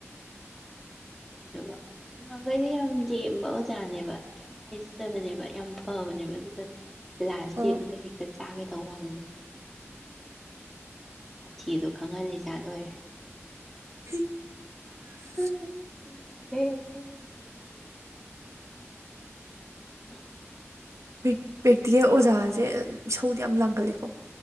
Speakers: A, in the centre; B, on the right.
A: ꯑꯗꯨꯗꯨ ꯅꯍꯥꯟꯈꯩꯗꯤ ꯌꯥꯝ ꯂꯦꯝꯕ ꯑꯣꯖꯥꯅꯦꯕ ꯌꯥꯝ ꯍꯥꯏꯖꯗꯕꯅꯦꯕ ꯌꯥꯝ ꯐꯕꯅꯦꯕ ꯑꯗꯨꯒ ꯂꯥꯁ
B: ꯑꯣ
A: ꯗꯦꯗꯨꯗ ꯍꯦꯛꯇ ꯆꯥꯒꯦ ꯇꯧꯕ ꯋꯥꯅꯤꯗ ꯁꯥꯊꯤ ꯏꯗꯣ ꯐꯝꯍꯜꯂꯤꯖꯥꯠꯔꯦ
B: <unintelligible>
A: ꯦ <unintelligible> ꯥ <unintelligible>
B: ꯄꯦ ꯄ꯭ꯔꯦꯛꯇꯤꯀꯦꯜ ꯑꯣꯖꯥꯁꯦꯧꯗꯤ ꯌꯥꯝ ꯂꯥꯡꯒꯜꯂꯦꯀꯣ꯫